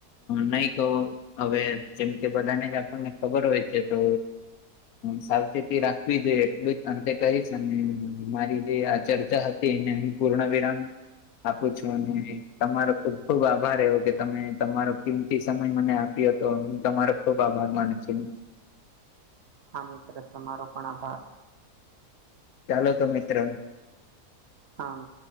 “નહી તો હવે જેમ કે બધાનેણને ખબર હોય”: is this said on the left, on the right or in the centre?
Left